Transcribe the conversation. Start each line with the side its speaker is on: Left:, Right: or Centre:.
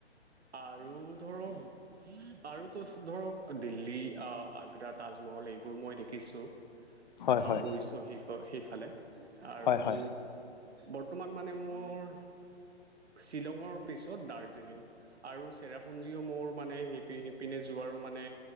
Right: আৰু ধৰক আৰু তো ধৰক দিল্লী আগ্ৰা তাজমহল এইবোৰ মই দেখি শিকিছো
Left: হয় হয়
Right: গৈছো সেই সেইফালে আৰু
Left: হয় হয়
Right: বৰ্তমান মানে মোৰ শ্বিলঙৰ পিছত দাৰ্জিলিং । আৰু চেৰাপুঞ্জীও মোৰ মানে সি সিপিনে যোৱাৰো মানে